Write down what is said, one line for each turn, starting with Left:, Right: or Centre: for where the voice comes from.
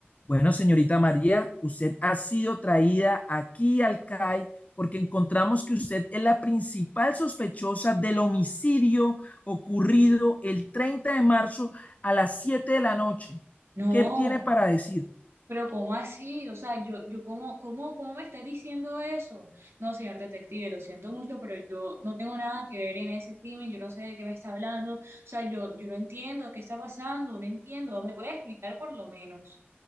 Left: Bueno, señorita María, usted ha sido traída aquí al CAI porque encontramos que usted es la principal sospechosa del homicidio ocurrido el 30 de marzo a las 7 de la noche.
Right: No,
Left: ¿Qué tiene para decir?
Right: pero ¿cómo así? O sea, yo, yo ¿cómo, cómo, cómo me estás diciendo eso? No, señor detective, lo siento mucho, pero yo no tengo nada que ver en ese crimen, yo no sé de qué me está hablando, o sea, yo, yo no entiendo qué está pasando, no entiendo, ¿me puede explicar por lo menos?